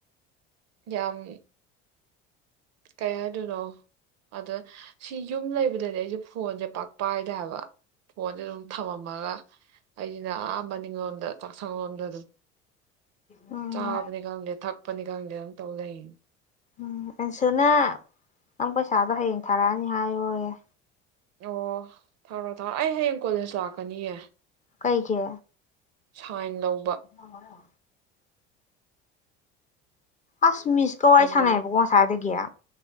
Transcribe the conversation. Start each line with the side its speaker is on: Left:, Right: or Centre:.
Right: ꯌꯥꯝꯏ ꯀꯌꯥꯗꯣꯏꯅꯣ ꯑꯗ ꯁꯤ ꯌꯨꯝ ꯂꯩꯕ ꯗꯗꯤ ꯑꯩꯁꯦ ꯐꯣꯟꯁꯦ ꯄꯥꯛꯄ ꯍꯥꯏꯗ ꯍꯥꯏꯕ ꯐꯣꯟꯁꯦ ꯑꯗꯨꯝ ꯊꯝꯃꯝꯃꯒ ꯑꯩꯟ ꯑꯝꯕꯅꯤꯉ ꯆꯥꯛꯁꯥꯡꯣꯝꯗ ꯑꯗꯨꯝ
Left: ꯎꯝ
Right: ꯆꯥꯕ ꯅꯤ ꯈꯗ ꯊꯛ ꯄꯅꯤ ꯀꯒꯦ ꯇꯧ ꯂꯩ
Left: ꯎꯝ ꯑꯟꯁꯨꯅ ꯅꯪ ꯄꯩꯁꯥꯗꯣ ꯍꯌꯦꯡ ꯊꯥꯔꯛꯑꯅꯤ ꯍꯥꯏꯌꯣꯌꯦꯦ
Right: ꯑꯣ ꯊꯥꯔꯣꯑꯣ ꯊꯥꯔꯑꯣ ꯑꯩ ꯍꯌꯦꯡ ꯀꯣꯂꯦꯖ ꯂꯥꯛꯀꯅꯤꯌꯦ
Left: ꯀꯩ ꯀꯦ
Right: ꯁꯥꯏꯗꯧ
Left: ꯑꯗꯨꯣ ꯑꯁ ꯃꯤꯁꯀꯧ ꯋꯥꯔꯤ
Right: ꯑꯗꯨꯗ
Left: ꯁꯥꯟꯅꯕꯀꯣ ꯉꯁꯥꯏꯗꯒꯦꯌꯥ